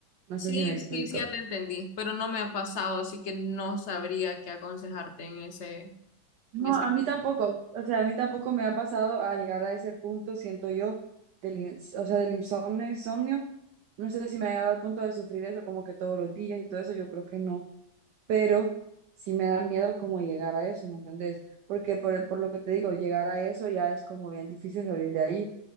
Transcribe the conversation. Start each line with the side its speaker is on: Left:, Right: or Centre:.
Right: No
Left: Sí,
Right: sé si me explico.
Left: sí, sí, ya te entendí, pero no me ha pasado, así que no sabría qué aconsejarte en ese,
Right: No,
Left: en ese.
Right: a
Left: caso.
Right: mí tampoco, o sea, a mí tampoco me ha pasado a llegar a ese punto, siento yo, del, ins- o sea, del insomnio, insomnio, no sé si me ha llegado al punto de sufrir eso como que todos los días y todo eso, yo creo que no, pero sí me da miedo como llegar a eso, ¿me entiendes? Porque por, por lo que te digo, llegar a eso ya es como bien difícil salir de ahí,